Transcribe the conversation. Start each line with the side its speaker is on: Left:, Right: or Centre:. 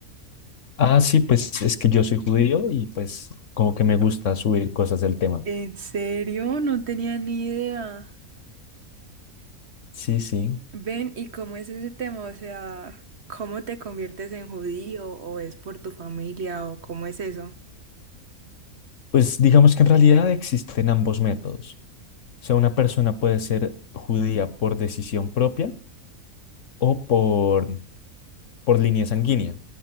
Left: Ah, sí, pues es que yo soy judío y pues como que me gusta subir cosas del tema.
Right: ¿En serio? No tenía ni idea.
Left: Sí, sí.
Right: Ven, ¿y cómo es ese tema? O sea, ¿cómo te conviertes en judío o es por tu familia o cómo es eso?
Left: Pues digamos que en realidad existen ambos métodos. O sea, una persona puede ser judía por decisión propia o por por línea sanguínea.